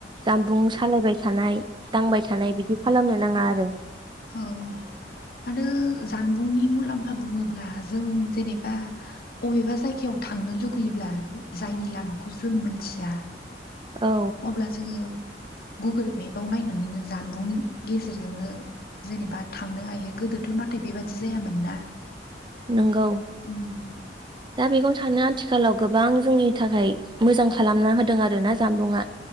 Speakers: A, on the right; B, on the left.
A: जामबुं सालायबाय थानाय दांबाय थानाय बिदि खालामनो नाङा आरो
B: औ आरो जानबुंनि मुलाम्फा बुङोब्ला जों जेनेबा अबेबा जायगायाव थांनो लुगैयोब्ला जायनि लामाखौ जों मोनथिया
A: औ
B: अब्ला जोङो गुगोल मेपाव नायनानैनो जानबुंनि गेजेरजोंनो जेनेबा थांनो हायो गोदोथ' नाथाय बेबादि जायामोन ना
A: नोंगौ
B: उम
A: दा बेखौनो थानो आथिखालाव गोबां जोंनि थाखाय मोजां खालामना होदों आरो ना जामबुंआ